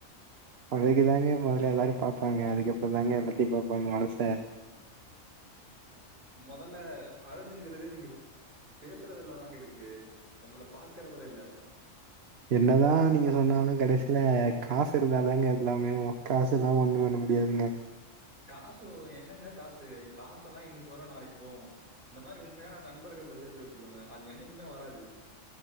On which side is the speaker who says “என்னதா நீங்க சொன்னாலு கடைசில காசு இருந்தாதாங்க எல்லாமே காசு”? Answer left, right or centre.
Right